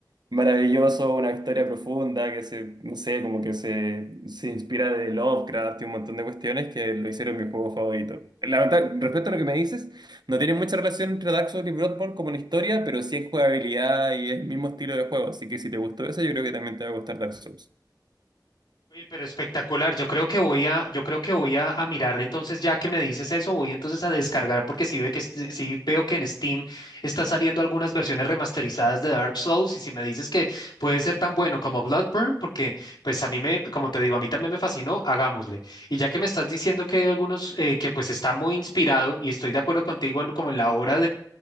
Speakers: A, on the right; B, on the left.
A: maravilloso, una historia profunda que se, no sé, como que se, se inspira de Lovecraft y un montón de cuestiones que lo hicieron mi juego favorito. La verdad, respecto a lo que me dices, no tiene mucha relación entre Dark Souls y Bloodborne como en historia, pero sí en jugabilidad y es el mismo estilo de juego, así que si te gustó eso, yo creo que también te va a gustar Dark Souls.
B: Oye, pero espectacular. Yo creo que voy a, yo creo que voy a, a mirar. Entonces, ya que me dices eso, voy entonces a descargar porque sí, ve que, este- sí veo que en Steam está saliendo algunas versiones remasterizadas de Dark Souls y si me dices que puede ser tan bueno como Bloodborne, porque pues a mí me, como te digo, a mí también me fascinó, hagámosle. Y ya que me estás diciendo que hay algunos eh, que pues está muy inspirado y estoy de acuerdo contigo en- como en la obra